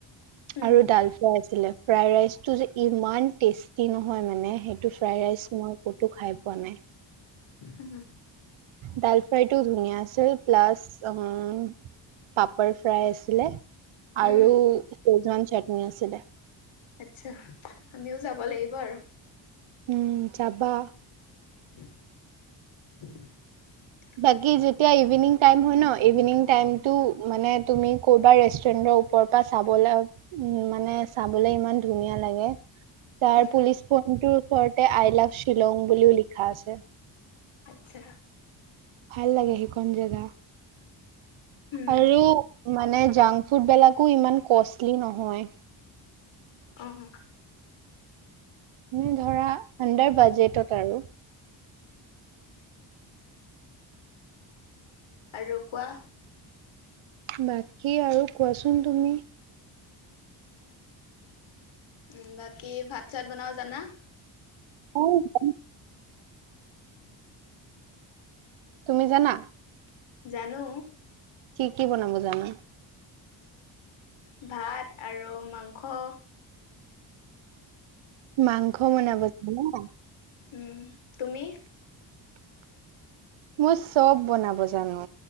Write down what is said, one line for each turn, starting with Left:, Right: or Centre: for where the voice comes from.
Left: উম
Right: আৰু ডাল ফ্ৰাই আছিলে, ফ্ৰাই ৰাইচটো যে ইমান টেষ্টি নহয় মানে, সেইটো ফ্ৰাই ৰাইচ মই ক'তো খাই পোৱা নাই।
Left: উম।
Right: ডাল ফ্ৰাই টো ধুনীয়া আছিল প্লাছ উম, পাপাৰ ফ্ৰাই আছিলে আৰু
Left: উম
Right: সেইজৱান চাটনি আছিলে।
Left: আচ্ছা আমিও যাব লাগিব আৰু।
Right: উম, যাবা।
Left: <inaudible>
Right: বাকী যেতিয়া ইভিনিং টাইম হয় ন' ইভিনিং টাইম টো মানে তুমি ক'বা ৰেষ্টুৰেন্টৰ ওপৰ পৰা চাবলেওঁ উম, মানে চাবলে ইমান ধুনীয়া লাগে। তাৰ
Left: উম
Right: পুলিচ পইণ্টৰ ওচৰতে আই লাভ শ্বিলং বুলিও লিখা আছে।
Left: আচ্ছা।
Right: ভাল লাগে সেইখন জেগা
Left: উম
Right: আৰু মানে জাংক ফুডবেলাকো ইমান কষ্টলি নহয়।
Left: অ',
Right: উম, ধৰা আণ্ডাৰ বাজেটত আৰু।
Left: আৰু কোৱা?
Right: বাকী আৰু কোৱাচোন তুমি?
Left: উম, বাকী ভাত-চাত বনাব জানা?
Right: <unintelligible> তুমি জানা?
Left: জানো।
Right: কি, কি বনাব জানা?
Left: ভাত আৰু মাংস
Right: মাংস বনাব <unintelligible>
Left: উম, তুমি?
Right: মই চব বনাব জানো।